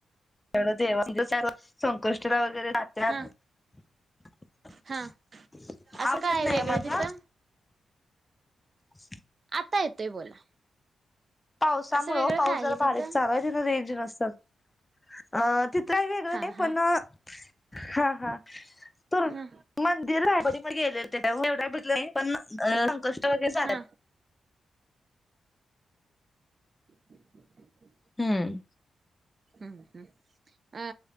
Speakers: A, on the left (about 20°); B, on the right (about 50°).
A: वढ देवा म्ह त्या संकष्टला वगैे नात्या आवजच
B: हा हा असं काय आहे
A: नाही
B: वेगळं
A: का माझा
B: तिथं
A: अस
B: आता येतोय बोला
A: पावसामु
B: असं वेगळं
A: पाऊस
B: काय
A: जरा
B: आहे
A: बारीक
B: तिथं
A: चालाय तिन रेंज नसतल
B: हा
A: अि
B: हा
A: पण हा हा तर
B: हा
A: मंदिर राली मग गेले एवढ पण संक वगैरे झा
B: हा ह्
A: हम्म.
B: ह् ह अ